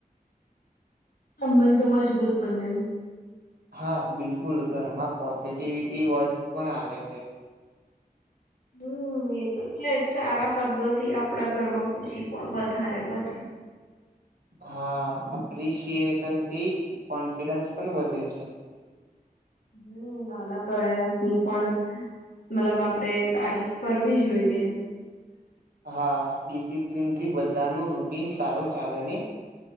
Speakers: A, on the left (about 75°); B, on the right (about 75°).
A: આબંધ તો મજબૂત બને એમ
B: હા બિલકુલ ઘરમાં પોઝિટિવિટી વર્ડસ પણ આવે છે
A: હલો એ તોટલે સારા શબ્દોથી આપડા ઘરમાં ખુશી પણ વધારે વધે <unintelligible>
B: હા એપ્રિશિએશનથી કોન્ફિડન્સ પણ વધે છે
A: હમ નાના પ્રયાસ ની પણ મલમ આપડે તારીફ કરવી જોઈએ
B: હા ડિસિપ્લિનથી બધાનું રૂટીન સારું ચાલે નિહ